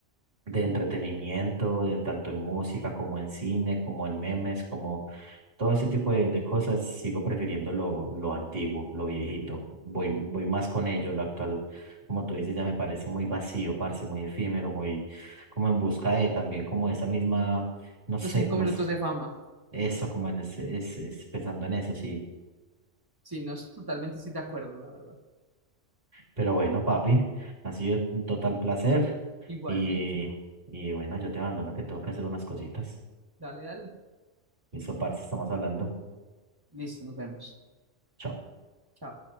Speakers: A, on the right; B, on the right.
A: de entretenimiento, en tanto en música como en cine, como en memes, como todo ese tipo de, de cosas sigo prefiriendo lo, lo antiguo, lo viejito. Voy, voy más con ello. Lo actual, como tú dices, ya me parece muy vacío, parce, muy efímero, muy como en busca de también como esa misma, no sé,
B: los cinco
A: como
B: minutos
A: es
B: de fama.
A: eso, como en ese, es, es pensando en eso, sí.
B: Sí, no, es- totalmente estoy de acuerdo, la verdad.
A: Pero bueno, papi, ha sido un total placer.
B: Igualmente.
A: Y, y bueno, yo te abandono que tengo que hacer unas cositas.
B: Dale, dale.
A: Eso, parce, estamos hablando.
B: Listo, nos vemos.
A: Chao.
B: Chao.